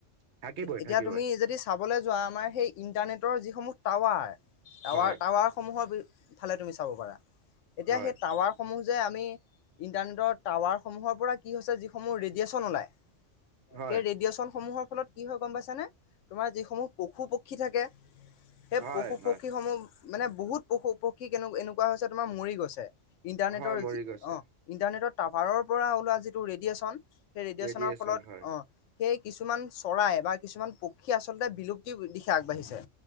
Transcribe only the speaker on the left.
এতিয়া
তুমি যদি চাবলৈ োৱা আমাৰ সেই ইন্টাৰনেটৰ যিসমূহ টাৱাৰ টাৱাৰ
টাৱাৰ সমূহৰ বি ফালে তুমি চাব পাৰা এতিয়া
সেই টাৱাৰসমূহ যে আমি ইণ্টাৰনেটৰ টাৱাৰসমূহৰ পৰা কি হৈছে যিসমূহ ৰেডিয়েশচন ওলায়
সেই ৰেডিয়েচন সমূহৰ ফলত কি হয় গম পাইছানে তোমাৰ যিসমূহ পশু পক্ষী থাকে সেই
পশু
পক্ষীসমূহ মানে বহুত পশু পক্ষী কেনে এনেকুৱা হৈছে তোমাৰ মৰি গছে ইণ্টাৰনেটৰ
অ ইণ্টাৰনেটৰ টভাৰৰ পৰা ওলোৱা যিটো ৰেডিয়েচন সেই ৰেডিয়েচনৰ
ফলত
অ সেই কিছুমান চৰাই বা কিছুমান পক্ষী আচলতে বিলুপ্তি আগবাঢ়িছে